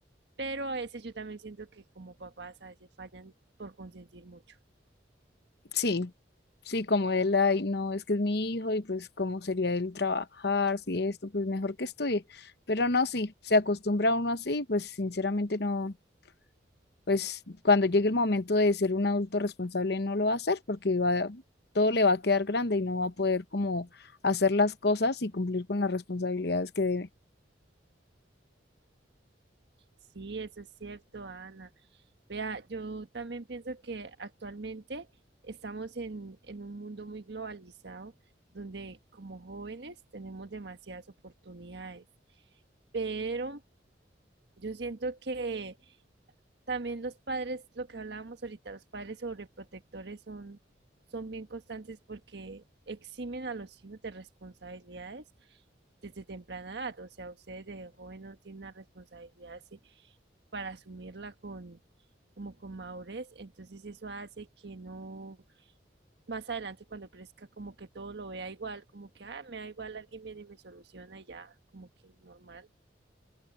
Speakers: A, on the right; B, on the left.
A: pero a veces yo también siento que como papás a veces fallan por consentir mucho.
B: Sí, sí, como él, ay, no, es que es mi hijo y pues cómo sería él trabajar, si esto, pues mejor que estudie. Pero no, sí, se acostumbra uno así, pues sinceramente no, pues cuando llegue el momento de ser un adulto responsable no lo va a hacer porque va, todo le va a quedar grande y no va a poder como hacer las cosas y cumplir con las responsabilidades que debe.
A: Sí, eso es cierto, Ana. Vea, yo también pienso que actualmente estamos en, en un mundo muy globalizado donde como jóvenes tenemos demasiadas oportunidades, pero yo siento que También los padres, lo que hablábamos ahorita, los padres sobreprotectores son, son bien constantes porque eximen a los hijos de responsabilidades desde temprana edad. O sea, ustedes de joven no tienen la responsabilidad así para asumirla con, como con madurez. Entonces eso hace que no, más adelante cuando crezca, como que todo lo vea igual, como que, ah, me da igual, alguien viene y me soluciona y ya, como que normal.